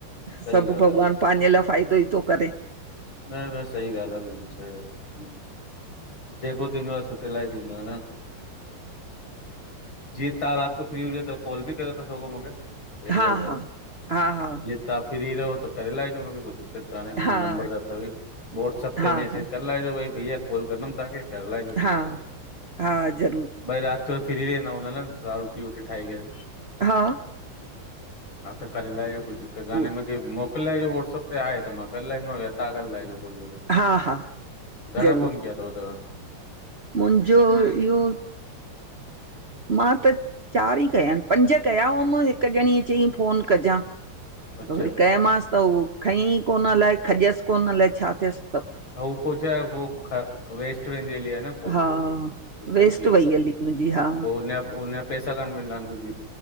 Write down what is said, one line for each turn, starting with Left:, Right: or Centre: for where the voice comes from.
Left: सही
Right: सभु
Left: ॻाल्हि
Right: भॻवान पाहेंजा लाइ फ़ाइदो ई थो करे
Left: न न सही ॻाल्हि आहे बिल्कुल सई जेको थींदो आहे सुठे लाइ ई थींदो आहे न जीअं तव्हां राति जो फ्री हुजे त कॉल बि करे था सघो मूंखे अहिड़ी
Right: हा
Left: ॻाल्हि काने
Right: हा हा हा
Left: जीअम तव्हां फिरी रहो त करे लाहेजो मूंखे कुझु दिक़त कान्हे मुंहिंजो
Right: हा
Left: नंबर त अथव ई व्हाट्सअप
Right: हा
Left: ते मैसेज
Right: हा
Left: करे लहिजो भई भईया कॉल कंदमि तव्हांखे कर लाएज कोई
Right: हा
Left: दिक़
Right: हा ज़रूर
Left: भई रात त फिरी रहीना हुना न रा रोटी वोटी ठााई करे
Right: हा
Left: <unintelligible> की
Right: उ
Left: मोकिलाइजो व्हाट्सप ते आहे त मां करे लांदमावता करे लहिजोल घणा
Right: हा हा ज़रूर
Left: फोन कया अथव तव्हां?
Right: मुंहिंजो इहो मां त चार ई कया आहिन पंज कया हुअमि हिकु ॼणी चयई फोन कजां।
Left: अच्छा
Right: त वरी कमांसि त उहो खईं कोन अलाए खजयसि कोन अलाए छा थियस।
Left: ह पछा पोइ वेस्ट वेनली आहे न कोल
Right: हा
Left: पोइ दिकत्त
Right: वेस्ट
Left: थी वेंदी
Right: वई
Left: आहे
Right: हली मुंहिंजी हा
Left: पोइ हुनजा हुनजा पैसा कान मिलंदा आहिन कुझु बि।